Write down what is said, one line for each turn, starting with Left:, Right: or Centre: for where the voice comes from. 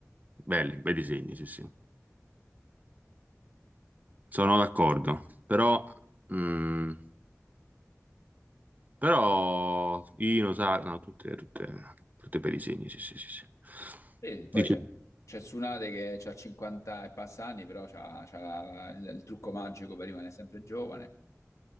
Right: belli, bei disegni, sì, sì. Sono d'accordo, però, mm, però Ino sa, no, tutte, tutte, tutte bei disegni, sì, sì, sì, sì.
Left: Sì, poi
Right: Dice.
Left: c'è c'è Tsunade che ha 50 e passa anni, però c'ha, c'ha il, il trucco magico per rimanere sempre giovane.